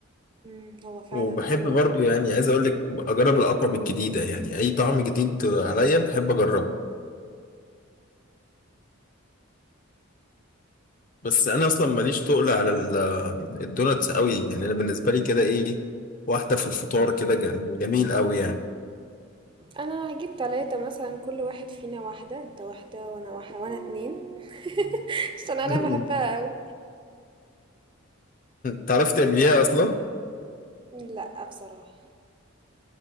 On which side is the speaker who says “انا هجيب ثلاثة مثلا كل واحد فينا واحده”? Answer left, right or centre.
Right